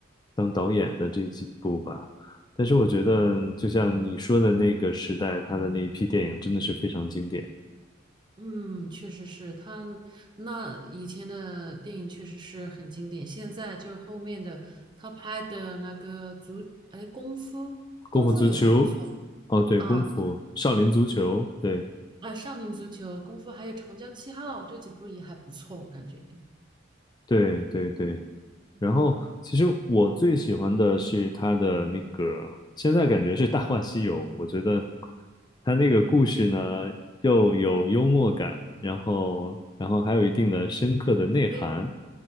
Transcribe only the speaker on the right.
嗯。
嗯，确实是他那以前的电影确实是很经典，现在就是后面的他拍的那个足，哎，功夫，功夫也还不错
啊，
对
啊，少林足球、功夫还有长江七号这几部也还不错，我感觉，
嗯，
悲，